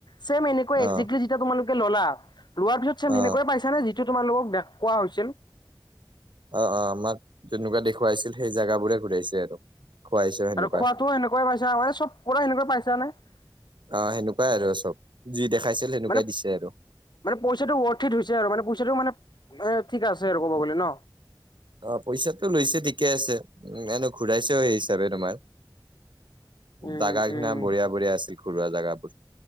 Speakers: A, on the left; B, on the right.
A: চেম এনেকৈ
B: অ
A: এক্সাক্টলী যেতিয়া তোমালোকে তান <unintelligible> ললা লোৱাৰ পিছত চেম সেনেকৈয়ে
B: অ
A: পাইছা নে যিটো তোমালোকক দে কোৱা হৈছিল
B: অ অ আমাক যেনেকুৱা দেখুৱাইছিল সেই জাগাবোৰে ঘূৰাইছে আৰু খুৱাইছো সেনেকুৱা
A: আৰু খোৱাতো সেনেকুৱে পাইছা মানে চব খ এনেকয়ে পাইছা নে <unintelligible>
B: অ সেনেকুৱাই আৰু চব যি দেখাইছিল সেনেকুৱাই
A: মানে
B: দিছে আৰু
A: মানে পইচাটো ৱৰ্থিত হৈছে আৰু মানে পইচাটো মানে এ ঠিক আছে আৰু ক'ব গ'লে ন
B: অ পইচাটো লৈছে ঠিকে আছে উ এনো ঘূৰাইছে এই হিচাপে তোমাৰ
A: উম
B: জাগা
A: উম
B: খিনা বঢ়িয়া বঢ়িয়া আছিল ঘৰুৱা জাগাবোৰ